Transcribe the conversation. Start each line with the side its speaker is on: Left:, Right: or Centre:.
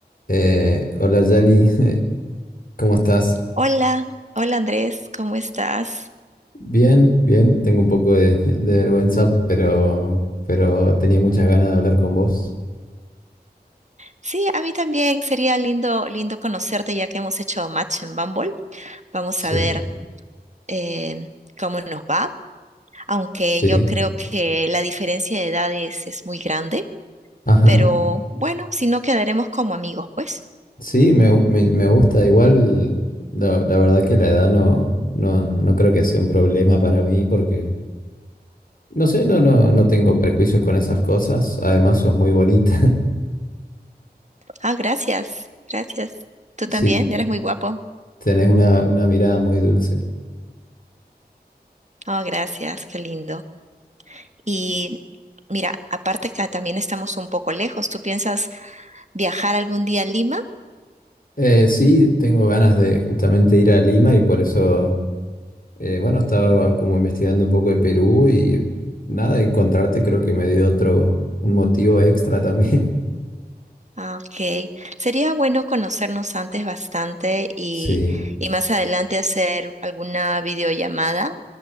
Left: Eh, hola Jani, <laughs> ¿cómo estás?
Right: Hola, hola Andrés, ¿cómo estás?
Left: Bien, bien, tengo un poco de, <laughs> de vergüenza, pero, pero tenía muchas ganas de hablar con vos.
Right: Sí, a mí también sería lindo, lindo conocerte ya que hemos hecho match en Bumble. Vamos
Left: Sí,
Right: a ver eh, cómo nos va, aunque
Left: sí,
Right: yo creo que la diferencia de edades es muy grande,
Left: ajá.
Right: pero bueno, si no quedaremos como amigos, pues.
Left: Sí, me, gu- me- me gusta, igual la, la verdad que la edad no, no, no creo que sea un problema para mí porque, no sé, no, no, no tengo prejuicios con esas cosas. Además, sos muy bonita,
Right: Ah, gracias, gracias. Tú
Left: <laughs>
Right: también,
Left: sí,
Right: eres muy guapo.
Left: tenés una, una mirada muy dulce.
Right: Oh, gracias, qué lindo. Y mira, aparte que también estamos un poco lejos, ¿tú piensas viajar algún día a Lima?
Left: Eh, sí, tengo ganas de justamente ir a Lima y por eso... Eh, bueno, estaba como investigando un poco de Perú y nada, de encontrarte creo que me dio otro, un motivo extra también. <laughs>
Right: Ah, Ok, sería bueno conocernos antes bastante y,
Left: Sí,
Right: y más adelante hacer alguna videollamada